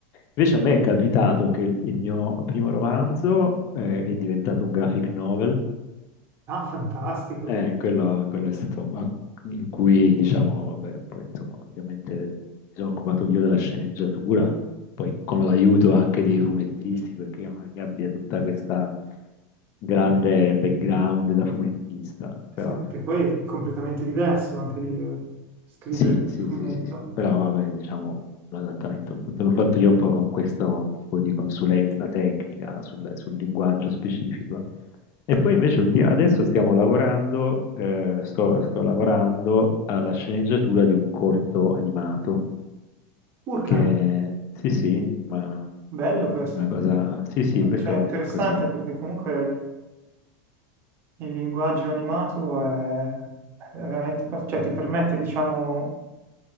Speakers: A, on the left; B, on the right.
A: Invece a me è capitato che il, il mio primo romanzo, eh, è diventato un graphic novel
B: Ah, fantastico.
A: eh, quello, quello è stato ma- in cui, diciamo, vabbè, poi, insomma, ovviamente mi sono occupato io della sceneggiatura, poi con l'aiuto anche dei fumettisti, perché io non è che abbia tutta questa grande background da fumettista,
B: Eh
A: però
B: Sì, perché
A: insomma,
B: poi è completamente diverso anche lì eh, scrivere
A: sì,
B: il
A: sì,
B: fumetto.
A: sì, sì, sì, però vabbè, diciamo, l'adattamento appunto l'ho fatto io un po' con questo tipo di consulenza tecnica sul, sul linguaggio specifico. E poi invece ulti- adesso stiamo lavorando, eh, sto, sto lavorando alla sceneggiatura di un corto animato,
B: Urca,
A: che sì, sì, ma
B: bello questo.
A: è una cosa, sì, sì, questo
B: Cioè,
A: è un,
B: interessante
A: così.
B: perché comunque Il linguaggio animato è, è veramente, par- cioè ti permette, diciamo,